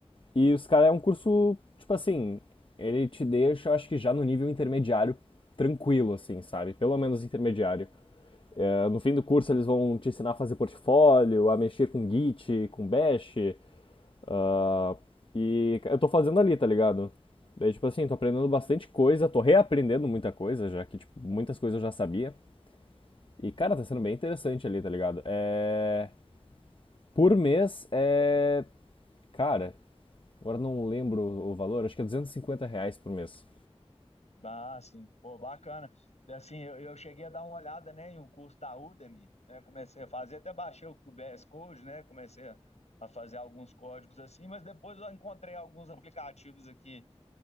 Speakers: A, on the left (about 50°); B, on the left (about 85°).
A: e os caras é um curso, tipo assim, ele te deixa, acho que já no nível intermediário, tranquilo, assim, sabe? Pelo menos intermediário. É, no fim do curso eles vão te ensinar a fazer portfólio, a mexer com Git, com Bash, ah, E eu tô fazendo ali, tá ligado? Daí, tipo assim, tô aprendendo bastante coisa, tô reaprendendo muita coisa, já que, tipo, muitas coisas eu já sabia. E, cara, tá sendo bem interessante ali, tá ligado? É... Por mês é... Cara, agora não lembro o valor, acho que é 250 reais por mês.
B: Ah, sim. Pô, bacana. Assim, eu, eu cheguei a dar uma olhada, né, em um curso da Udemy, né? Comecei a fazer, até baixei o VS Code, né? Comecei a a fazer alguns códigos assim, mas depois eu encontrei alguns aplicativos aqui